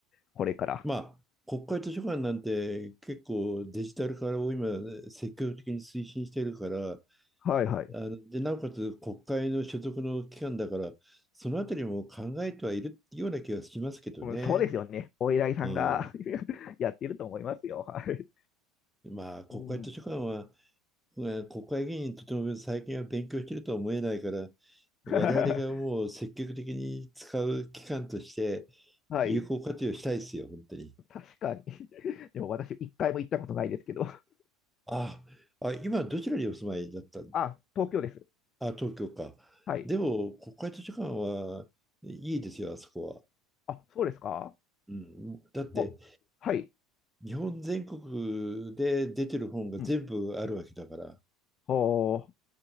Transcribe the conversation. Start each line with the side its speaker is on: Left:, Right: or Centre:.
Left: これから。
Centre: まあ、国会図書館なんて結構デジタル化を今積極的に推進してるから、
Left: はいはい。
Centre: あの、で、なおかつ国会の所属の機関だから、そのあたりも考えてはいるような気がしますけどね。
Left: うんそうですよね。お依頼さんが
Centre: うん。
Left: <laughs> やっていると思いますよ。はい。
Centre: まあ、国会図書館は、
Left: うん、
Centre: うん、国会議員にとても最近は勉強してるとは思えないから、我々がもう積極的に使う機関として
Left: <laughs> はい。
Centre: 有効活用したいですよ、本当に。
Left: 確かに。でも私、一回も行ったことないですけど。
Centre: あ、あ、今どちらにお住まいだったの
Left: あ、東京です。
Centre: あ、東京か。
Left: はい。
Centre: でも、国会図書館はいいですよ、あそこは。
Left: あ、そうですか。
Centre: うん、だって、
Left: もう、はい。
Centre: 日本全国で出てる本が全部あるわけだから。
Left: うん。はあ、